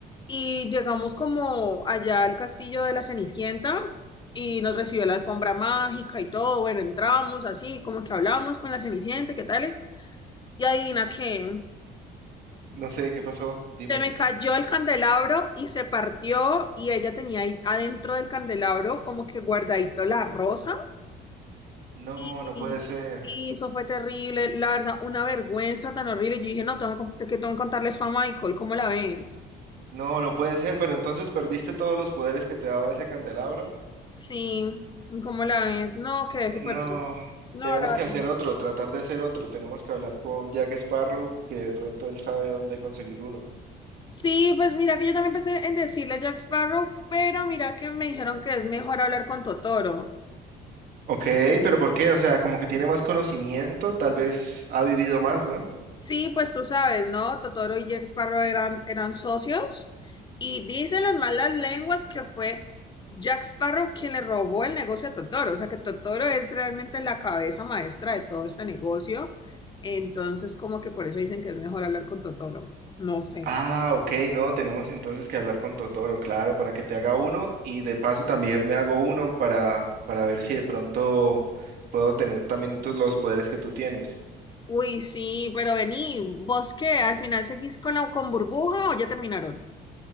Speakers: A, on the left (about 25°); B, on the right (about 65°).
A: Y llegamos como allá al castillo de la Cenicienta y nos recibió la alfombra mágica y todo. Bueno, entramos así, como que hablamos con la Cenicienta, qué tales. Y adivina qué.
B: No sé, ¿qué pasó? Dime.
A: Se me cayó el candelabro y se partió y ella tenía ahí adentro del candelabro como que guardadito la rosa
B: No,
A: y,
B: no puede ser.
A: y eso fue terrible, la verdad, una vergüenza tan horrible. Yo dije, no, tengo que, con- que tengo que contarle eso a Michael, ¿cómo la ves?
B: No, no puede ser, pero entonces perdiste todos los poderes que te daba ese candelabro.
A: Sí, ¿cómo la ves? No, quedé súper
B: No,
A: triste. No,
B: tenemos
A: la
B: que hacer
A: verdad.
B: otro, tratar de hacer otro. Tenemos que hablar con Jack Sparrow, que de pronto él sabe dónde conseguir uno.
A: Sí, pues mira que yo también pensé en decirle a Jack Sparrow, pero mira que me dijeron que es mejor hablar con Totoro.
B: Ok, pero ¿por qué? O sea, como que tiene más conocimiento, tal vez ha vivido más, ¿no?
A: Sí, pues tú sabes, ¿no? Totoro y Jack Sparrow eran, eran socios y dicen las malas lenguas que fue Jack Sparrow quien le robó el negocio a Totoro, o sea que Totoro es realmente la cabeza maestra de todo este negocio, entonces como que por eso dicen que es mejor hablar con Totoro, no sé.
B: Ah, ok, no, tenemos entonces que hablar con Totoro, claro, para que te haga uno y de paso también me hago uno para, para ver si de pronto puedo tener también tú- los poderes que tú tienes.
A: Uy, sí, pero vení, ¿vos qué? ¿Al final seguís con la con Burbuja o ya terminaron?